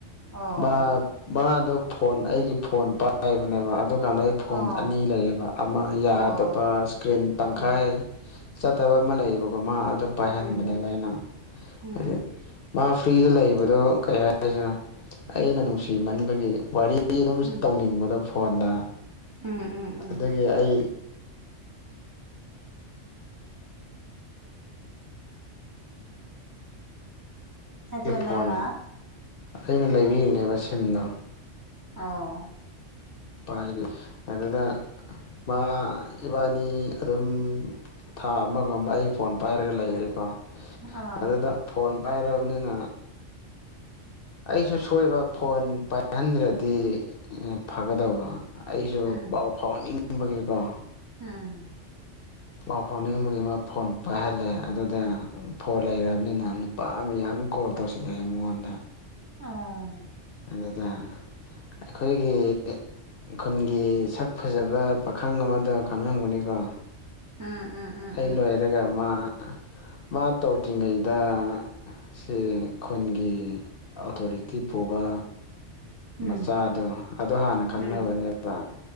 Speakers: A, on the right; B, on the left.
A: ꯑꯣ
B: ꯃꯥ ꯃꯥꯗꫭ ꯐꯣꯟ ꯑꯩꯒꯤ ꯐꯣꯟ ꯄꯥꯏꯕꯅꯦꯕ ꯑꯗꯨ ꯑꯗꯨ ꯀꯥꯟꯗ ꯑꯩ ꯐꯣꯟ
A: ꯑꯣ
B: ꯑꯅꯤ ꯂꯩꯌꯦꯕ ꯑꯃ ꯌꯥꯗꯕ
A: ꯑꯣ
B: ꯏꯁꯀ꯭ꯔꯤꯟ ꯇꯪꯈꯥꯏ
A: ꯎꯝ
B: ꯆꯠꯇꯕ ꯑꯃ ꯂꯩꯌꯦꯕꯀꯣ ꯃꯥ ꯑꯗꯨ ꯄꯥꯏꯍꯟꯕꯅꯦꯕ
A: ꯎꯝ
B: ꯑꯩꯅ
A: ꯎꯝ
B: ꯍꯥꯏꯗꯤ ꯃꯥ ꯐ꯭ꯔꯤꯗ ꯂꯩꯕꯗꯣ ꯀꯩ ꯍꯥꯏꯁꯤꯔꯤ ꯑꯩꯅ ꯅꯨꯡꯁꯤꯃꯟꯕꯒꯤ ꯋꯥꯔꯤ ꯋꯔꯤ ꯑꯗꯨꯝ
A: ꯎꯝ
B: ꯇꯧꯅꯤꯡꯕꯗ ꯐꯣꯟꯗ
A: ꯎꯝ ꯎꯝ ꯎꯝ
B: ꯑꯗꯨꯒꯤ ꯑꯩ
A: ꯑꯗꯨ
B: ꯐꯣꯟ
A: ꯅꯪꯅ
B: ꯑꯩꯅ ꯂꯩꯕꯤꯔꯤꯅꯦꯕ ꯁꯤꯝꯗꯣ
A: ꯑꯣ
B: ꯄꯥꯏꯔꯤ ꯑꯗꯨꯅ ꯃꯥ ꯏꯕꯥꯅꯤ ꯑꯗꯨꯝ ꯊꯥ ꯑꯃꯒꯨꯝꯕ ꯑꯩ ꯐꯣꯟ ꯄꯥꯏꯔꯒ ꯂꯩꯈꯔꯦꯀꯣ
A: ꯑ
B: ꯑꯗꯨꯗ ꯐꯣꯟ ꯄꯥꯏꯔ ꯕꯅꯤꯅ ꯑꯩꯁꯨ ꯁꯣꯏꯕ ꯐꯣꯟ ꯄꯥꯏꯍꯟꯗ꯭ꯔꯗꯤ ꯀꯗꯧꯕ ꯑꯩꯁꯨ
A: ꯎꯝ
B: ꯄꯥꯎ ꯐꯥꯎꯍꯟꯅꯤꯡꯕꯒꯤꯀꯣ
A: ꯎꯝ
B: ꯄꯥꯎ ꯐꯥꯎꯅꯤꯡꯕꯒꯤ ꯑꯃ ꯐꯣꯟ ꯄꯥꯏꯍꯜꯂꯦ ꯑꯗꯨꯗ ꯐꯣꯟ ꯂꯩꯔꯕꯅꯤꯅ ꯅꯨꯄꯥ ꯃꯥꯌꯥꯝ ꯀꯣꯜ ꯇꯧꯁꯤꯜꯂꯛꯑꯦ ꯃꯉꯣꯟꯗ
A: ꯑꯥ
B: ꯑꯗꯨꯗ ꯑꯩꯈꯣꯏꯒꯤ ꯈꯨꯟꯒꯤ ꯁꯛ ꯐꯖꯕ ꯄꯥꯈꯪ ꯑꯃꯗꯣ ꯈꯪꯍꯝꯒꯅꯤꯀꯣ
A: ꯎꯝ ꯎꯝ
B: ꯑꯩ
A: ꯎꯝ
B: ꯂꯣꯏꯔꯒ ꯃꯥ ꯃꯥ ꯇꯧꯗ꯭ꯔꯤꯉꯩꯗ ꯁꯤ ꯈꯨꯟꯒꯤ ꯑꯣꯊꯣꯔꯤꯇꯤ ꯄꯨꯕ
A: ꯎꯝ
B: ꯃꯆꯥꯗꯣ ꯑꯗꯣ ꯍꯥꯟꯅ ꯈꯪꯅꯕꯅꯦꯕ
A: ꯎꯝ ꯎꯝ